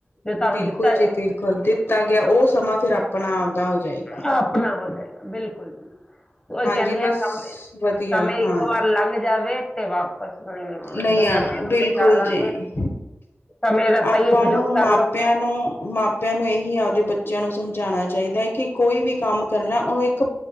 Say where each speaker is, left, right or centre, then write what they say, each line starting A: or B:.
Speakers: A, on the left (about 20°); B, on the left (about 60°).
A: ਜੋ ਤੁਹਾਨੂੰ
B: ਬਿਲਕੁਲ
A: ਦਿੱਤਾ
B: ਜੀ
A: ਜਾਏਗਾ
B: ਬਿਲਕੁਲ, ਦਿੱਤਾ ਗਿਆ ਉਹ ਸਮਾਂ ਫਿਰ ਆਪਣਾ ਆਪਦਾ ਹੋ ਜਾਏਗਾ।
A: ਆਪਣਾ ਹੋ ਜਾਏਗਾ ਬਿਲਕੁਲ ਜੀ, ਉਹੀ
B: ਹਾਂਜੀ
A: ਕਹਿੰਦੇ ਆ
B: ਬਸ
A: ਸਮੇ-ਸਮੇ
B: ਵਧੀਆ ਹਾਂ
A: ਇੱਕ ਵਾਰ ਲੰਘ ਜਾਵੇ। ਤੇ ਵਾਪਸ ਨਹੀਂ ਆਉਣਾ
B: ਨਹੀਂ
A: ਜੇ ਸਮੇਂ
B: ਆਣਾ,
A: ਨੂੰ
B: ਬਿਲਕੁਲ
A: ਬਚਾ ਲਾਂਗੇ
B: ਜੀ।
A: ਸਮੇਂ ਦਾ
B: ਆਪਾਂ
A: ਸਹੀ ਉਪਯੋਗ
B: ਨੂੰ ਮਾਪਿਆਂ
A: ਕਰ ਲਵਾਂਗੇ
B: ਨੂੰ ਮਾਪਿਆਂ ਨੂੰ ਇਹੀ ਆਪਦੇ ਬੱਚੇ ਬੱਚਿਆਂ ਨੂੰ ਸਮਝਾਉਣਾ ਚਾਹੀਦਾ ਹੈ ਕਿ ਕੋਈ ਵੀ ਕੰਮ ਕਰਨਾ ਉਹਨੂੰ ਇੱਕ